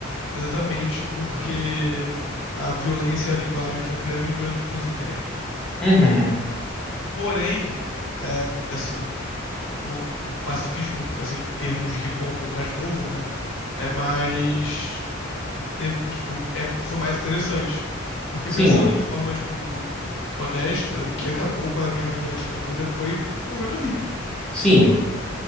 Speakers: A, on the left (about 70°); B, in the centre.
A: exatamente porque a violência é a linguagem que a grande maioria das pessoas entende.
B: Uhum.
A: Porém, é, assim, o, o pacifismo, assim, em termos ripongas mais novo, né? É mais. teve, tipo, é- foi mais interessante. Porque
B: Sim,
A: pensando de forma, tipo, honesta, o que acabou com a guerra do Vietnã, por exemplo, foi o movimento hippie.
B: sim,